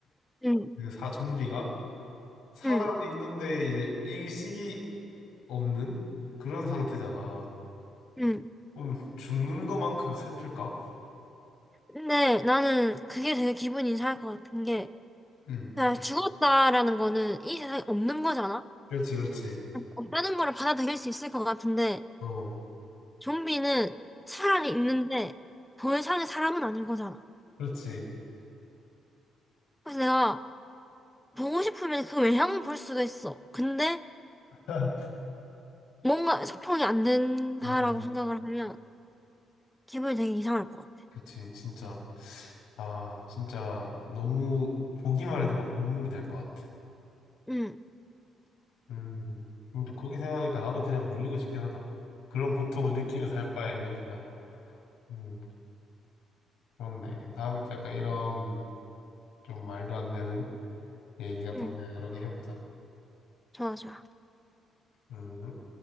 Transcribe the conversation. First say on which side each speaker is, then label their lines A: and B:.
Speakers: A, in the centre; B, on the left.
A: 응,
B: 그 사 좀비가 살아
A: 응,
B: 있는데 이제 의식이 없는 그런 상태잖아.
A: 응.
B: 그럼 죽는 것만큼 슬플까?
A: 근데 나는 그게 되게 기분이 이상할 것 같은 게
B: 응.
A: 내가 죽었다라는 거는 이 세상에 없는 거잖아?
B: 그렇지, 그렇지.
A: 없다는 거를 받아들일 수 있을 것 같은데
B: 어,
A: 좀비는 사람이 있는데 더 이상의 사람은 아닌 거잖아.
B: 그렇지.
A: 그래서 내가 보고 싶으면 그 외향을 볼 수가 있어. 근데
B: <laughs>
A: 뭔가 소통이 안 된다라고
B: 맞아.
A: 생각을 하면 기분이 되게 이상할 것 같아.
B: 그렇지, 진짜. 아, 진짜 너무 보기만 해도 막 눈물이 날 것 같아.
A: 응,
B: 음. 근데 그렇게 생각하니까 나도 그냥 물리고 싶긴 하다. 그런 고통을 느끼며 살 바에는 그냥. 음, 그렇네. 다음에 또 약간 이런 좀 말도 안 되는 얘기 같은
A: 응,
B: 거 그냥 여러 개 해보자.
A: 좋아, 좋아.
B: 음.